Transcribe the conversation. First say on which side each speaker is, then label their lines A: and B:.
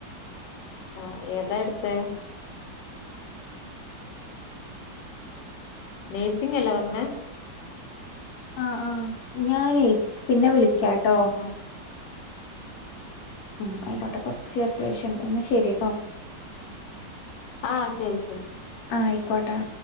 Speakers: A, on the left; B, on the left.
A: ആഹ് ഏതാ എടുത്തേ? നേഴ്സിംഗ് അല്ലെ പറഞ്ഞ്
B: ആഹ് ആഹ് ഞാനേ പിന്നെ വിളിക്കാട്ടോ.
A: ആഹ്
B: ഉം ആയിക്കോട്ടെ കൊറച്ച് അത്യാവശ്യം ഉണ്ട് ഇന്നാ ശരിട്ടോ.
A: ആഹ് ശരി ശരി ശരി
B: ആഹ് ആയിക്കോട്ടെ-